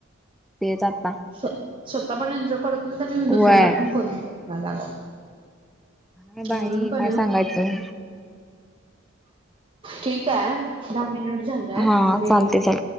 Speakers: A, in the centre; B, on the right.
A: तेच आता
B: स्व स्वतः पण एन्जॉय करत नाहीत आणि
A: व्हय
B: दुसऱ्यांना पण करून देत नायत आग
A: काय बाई
B: म्हणून कणय
A: काय सांगायचं
B: ठीकाय दहा मिनिट झाल्यात
A: हा
B: मी
A: चालते चालते.